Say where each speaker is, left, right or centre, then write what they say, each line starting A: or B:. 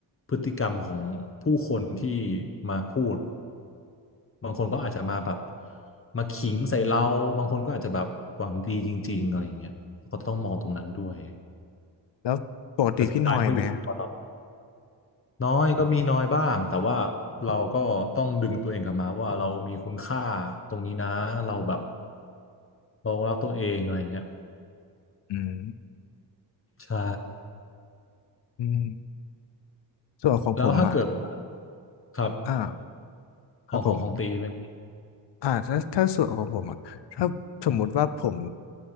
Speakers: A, on the left; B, on the left.
A: พฤติกรรมของผู้คนที่มาพูด บางคนก็อาจจะมาแบบมาขิงใส่เราบางคนก็อาจจะแบบหวังดีจริงๆอะไรอย่างเงี้ยก็ต้องมองตรงนั้นด้วย
B: แล้วปกติพี่นอยไหมอะ
A: แต่สุดท้ายมันก็อยู่ที่ตัวเราน้อยก็มีน้อยบ้างแต่ว่าเราก็ต้องดึงตัวเองกลับมาว่าเรามีคุณค่าตรงนี้นะเราแบบเรารักตัวเองอะไรอย่างเงี้ย
B: อืม
A: ใช่
B: อืมส่วนของผมอ่ะ
A: แล้วถ้าเกิดครับ
B: อ่าครับผม
A: ของของของตีเป็น
B: อ่าถ้าถ้าส่วนของผมอะถ้าสมมุติว่าผม